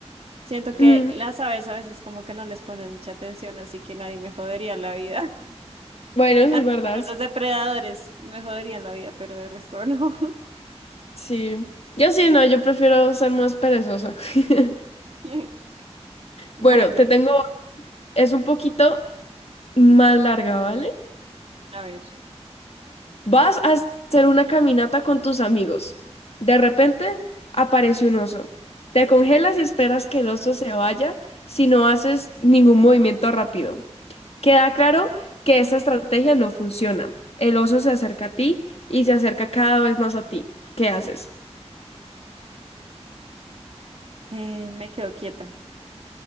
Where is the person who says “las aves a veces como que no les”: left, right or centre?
Right